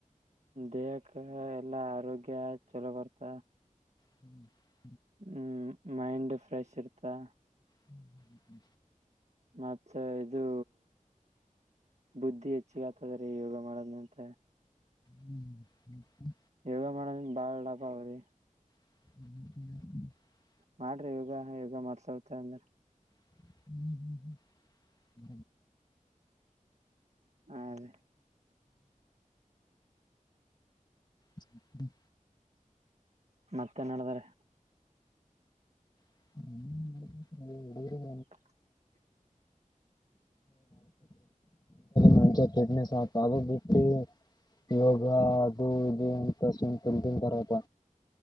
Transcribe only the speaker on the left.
ಹ್ಮ್
ಹ್ಮ
ಹ್ಮ್ ಹ್ಮ
ಹ್ಮ
ಹ್ಮ್ ಹ್ಮ್ ಹ್ಮ
ಹ ಹ್ಮ
ಹ
ಹಂಚ ಫಿಟ್ನೆಸ್ ಆತ ಅದು ಬಿಟ್ಟು ಯೋಗ ಅದು ಇದೆ ಅಂತ ಸುಮ್ ತಿಲ್ನ್ಂತರಪ್ಪ